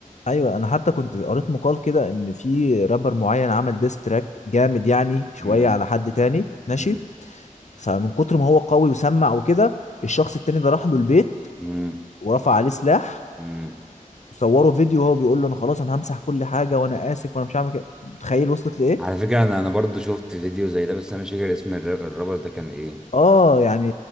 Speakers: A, on the left (about 55°); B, in the centre.
A: ايوه انا حتى كنت قريت مقال كده ان في رابر معين عمل ديس تراك جامد يعني شويه
B: امم
A: على حد تاني ماشي
B: امم
A: فمن كتر ما هو قوي وسمع وكده الشخص التاني ده راح له البيت
B: امم
A: ورفع عليه سلاح
B: امم
A: وصوره فيديو وهو بيقول له انا خلاص انا همسح كل حاجه وانا اسف وانا مش هعمل كده تخيل وصلت لايه
B: على فكرة انا انا برضو شفت فيديو زي ده بس انا مش فاكر اسم الر- الرابر ده كان ايه
A: اه يعني